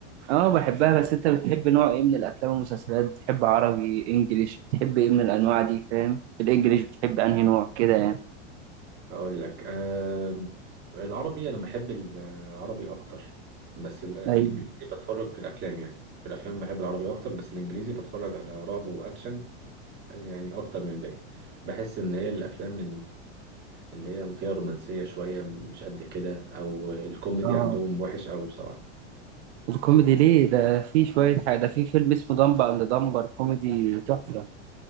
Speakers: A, on the right; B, on the right.
A: اه بحبها بس انت بتحب نوع ايه من الافلام والمسلسلات بتحب عربي انجليش بتحب ايه من الانواع دي فاهم الانجليش بتحب انهي نوع كده يعني
B: اقول لك آه العربي انا بحب العربي اكتر بس ال- مم. الانجليزي
A: ايوه
B: بتفرج في الافلام يعني في الافلام بحب العربي اكتر بس الانجليزي بتفرج على رعب واكشن يعني اكتر من الباقي بحس ان هي الافلام اللي هي فيها رومانسية شوية مش قد كده أو الكوميدي
A: اه
B: عندهم وحش قوي بصراحة
A: الكوميدي ليه ده في شويه حاجه ده في فيلم اسمه دمبر اند دمبر كوميدي تحفه